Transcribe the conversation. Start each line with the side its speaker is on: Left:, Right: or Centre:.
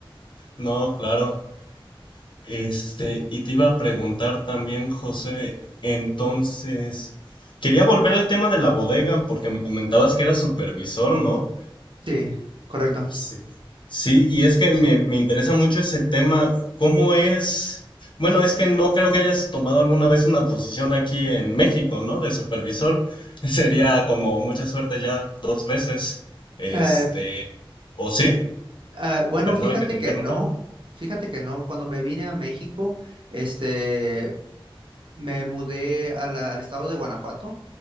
Left: No, claro. Este, y te iba a preguntar también, José, entonces, quería volver al tema de la bodega porque me comentabas que eras supervisor, ¿no?
Right: Sí, correcto.
Left: Sí. Sí, y es que me, me interesa mucho ese tema. ¿Cómo es? Bueno, es que no creo que hayas tomado alguna vez una posición aquí en México, ¿no? De supervisor. <laughs> Sería como mucha suerte ya dos veces. Este,
Right: Eh,
Left: ¿o sí?
Right: ah, bueno,
Left: Perdona
Right: fíjate
Left: que te
Right: que
Left: interrumpa.
Right: no, fíjate que no. Cuando me vine a México, este, me mudé a la- al estado de Guanajuato